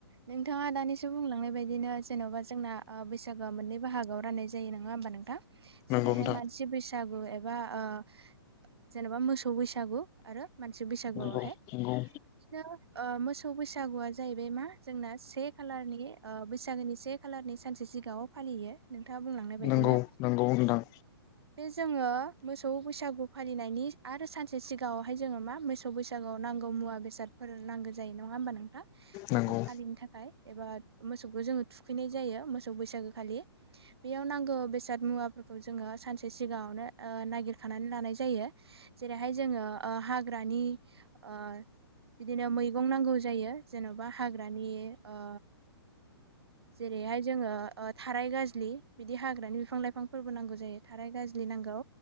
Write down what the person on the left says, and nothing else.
नंगौ
नोंथां
नंगौ नंगौ
नंगौ नंगौ नोंथां
नंगौ